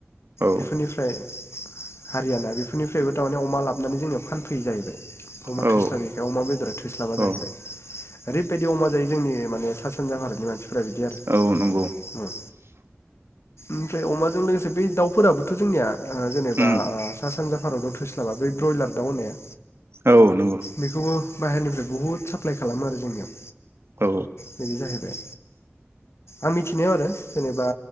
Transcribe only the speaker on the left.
बेफोरनिफ्राय हारियाना बेफोरनिफ्रायबो थारमाने अ अमा लाबनानै जोंनियाव फानफैयो जाहैबाय अमा
थोस्लाबैखाय अमा बेदरा थोस्लाबा
जाहैबाय। ओरैबायदि अमा जायो जोंनि माने सा सानजा भारतनि मानसिफोरा बिदि आरो।
उम ओमफ्राय अमाजों लोगोसे बै दाउफोराबोथ' जोंनिया ओ जेनेबा
ओ सा सानजा भारताव थो स्लाबा। बै ब्रयलार दाउ होननाया
बेखौबो बाहेरनिफ्राय बुहुद साप्लाय खालामो आरो जोंनियाव
बिदि जाहैबाय। आं मिथिनायाव आरो जेनेबा